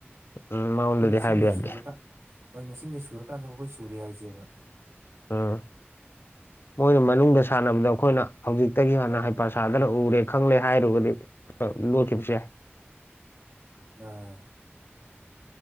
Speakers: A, on the left (about 60°); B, on the right (about 85°).
A: ꯎꯝ ꯃꯉꯣꯟꯗꯗꯤ
B: ꯑꯩꯈꯣꯏ ꯃꯁꯤꯡꯗ
A: ꯍꯥꯏꯕ ꯌꯥꯗꯦ
B: ꯁꯨꯔꯒ ꯍꯣꯏ ꯃꯁꯤꯡꯗ ꯁꯨꯔꯀꯥꯟꯗꯕꯨ ꯑꯩꯈꯣꯏ ꯁꯨꯔꯦ ꯍꯥꯏꯁꯦꯕ꯫
A: ꯎꯝ ꯃꯣꯏꯅ ꯃꯅꯨꯡꯗ ꯁꯥꯟꯅꯕꯗ ꯑꯩꯈꯣꯏꯅ ꯍꯧꯖꯤꯛꯇꯒꯤ ꯍꯥꯟꯅ
B: ꯑꯥ
A: ꯍꯩꯄꯥ꯫ ꯁꯥꯗꯅ ꯎꯔꯦ ꯈꯪꯂꯦ ꯍꯥꯏꯔꯨꯔꯒꯗꯤ ꯂꯣꯠꯈꯤꯕꯁꯨ ꯌꯥꯏ꯫
B: ꯑꯥ꯫